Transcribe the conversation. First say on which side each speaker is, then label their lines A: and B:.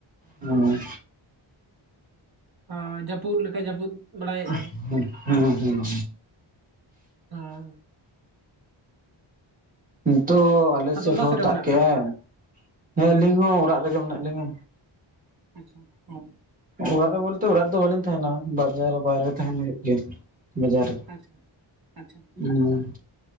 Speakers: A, on the right; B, on the right.
A: ᱚ
B: ᱟᱹ ᱡᱟᱹᱯᱩᱫ ᱞᱮᱠᱟ ᱡᱟᱹᱯᱩᱫ ᱵᱟᱲᱟᱭᱮᱫᱟᱭ
A: <unintelligible> ᱦᱩᱸ ᱦᱩᱸ ᱦᱩᱸ ᱦᱩᱸ
B: ᱦᱟᱸ
A: ᱱᱤᱛᱚᱜ ᱟᱞᱮ
B: ᱟᱫᱚ
A: ᱥᱮᱜ
B: ᱚᱠᱟ
A: ᱦᱚ
B: ᱥᱮᱫ ᱨᱮ
A: ᱫᱟᱜ
B: ᱢᱮᱱᱟᱜ
A: ᱠᱮᱜᱟᱭ
B: ᱵᱮᱱᱟ
A: ᱦᱮᱸ ᱟᱹᱞᱤᱧ ᱦᱚᱸ ᱚᱲᱟᱜ ᱨᱮᱜᱮ ᱢᱮᱱᱟᱜ ᱞᱤᱧᱟ
B: ᱟᱪᱪᱷᱟ ᱦᱮᱸ
A: ᱚᱲᱟᱜ ᱨᱮ ᱵᱚᱞᱛᱮ ᱚᱲᱟᱜ ᱨᱮᱫᱚ ᱵᱟᱹᱞᱤᱧ ᱛᱟᱦᱮᱱᱟ ᱵᱟᱡᱟᱨ ᱵᱟᱭᱨᱮ ᱛᱟᱸᱦᱮᱱ ᱦᱩᱭᱩᱜ ᱜᱮᱭᱟ ᱵᱟᱡᱟᱨ ᱨᱮ
B: ᱟᱪᱪᱷᱟ ᱟᱪᱪᱷᱟ
A: ᱦᱩᱸ